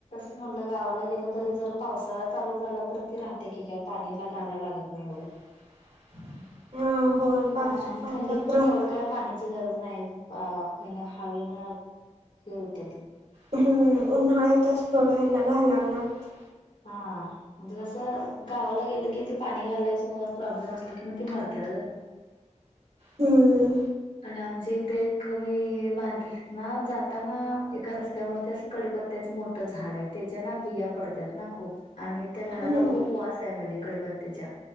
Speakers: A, on the left (about 80°); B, on the right (about 65°).
A: म्हणल गावाला गेलं तरी जर पावसाळा चालू झाला तर ती राहते की काय पाणी ला घालायला लागत नाही एवढं
B: <unintelligible> हा होय पाऊस
A: हा आणि
B: पावसात
A: थंडीत पण
B: राहतात
A: एवढं काय पाण्याची गरज नाही. अ हो ना हवे ना हे होत ते
B: हंहं उन्हाळ्यातच थोडं ह घालावं लागतं
A: हा म्हणजे कसं गावाला गेलं की ते पाणी घालायचं प्रॉब्लेम असला कि मग त मरतेत ग
B: हं हं
A: आमचे इथे एक मी मार्केट ना जाताना एका रस्त्यावरती असे कडिपत्त्याचे मोठं झाड आहे त्याच्या ना बिया पडतात ना खूप आणि त्या झाडाला
B: हम्म
A: खूप वास आहे म्हणजे कडीपत्तेच्या